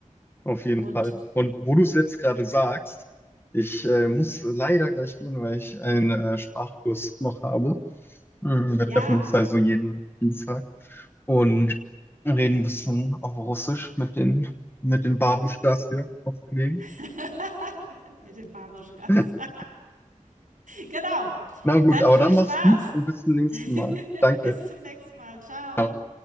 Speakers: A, on the left; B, on the right.
A: auf jeden
B: und
A: Fall. Und wo du es jetzt gerade sagst, ich äh, muss leider gleich gehen, weil ich einen äh, Sprachkurs noch habe. Mhm. Wir
B: ja.
A: treffen uns also jeden Dienstag und reden ein bisschen auf Russisch mit den, mit den Babuschkas hier aus der Gegend.
B: <laughs> Mit den Babuschkas.
A: <laughs>
B: <laughs> Genau.
A: Na gut,
B: Dann
A: aber
B: viel
A: dann
B: Spaß.
A: mach's gut und bis zum nächsten
B: <laughs>
A: Mal. Danke.
B: Bis zum nächsten Mal. Ciao.
A: Ciao.